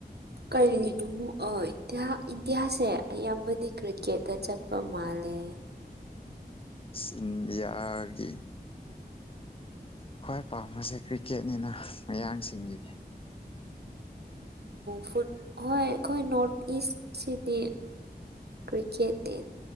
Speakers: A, on the right; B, on the left.
A: ꯀꯔꯤꯒꯤꯅꯣ ꯏꯟꯗꯤꯌꯥ ꯏꯟꯗꯤꯌꯥꯁꯦ ꯑꯌꯥꯝꯕꯗꯤ ꯀ꯭ꯔꯤꯀꯦꯠꯇ ꯆꯠꯄ ꯃꯥꯜ ꯂꯦ
B: ꯁꯤꯟꯗꯤꯌꯥꯒꯤ ꯈ꯭ꯋꯥꯏ ꯄꯥꯝꯕꯁꯦ ꯀ꯭ꯔꯤꯀꯦꯠꯅꯤꯅ ꯃꯌꯥꯡꯁꯤꯡꯒꯤꯗꯤ
A: ꯐꯨꯠ ꯍꯣꯏ ꯑꯩꯈꯣꯏ ꯅꯣꯔꯊ ꯏꯁ ꯁꯤꯗꯤ ꯀ꯭ꯔꯤꯀꯦꯠꯅꯦ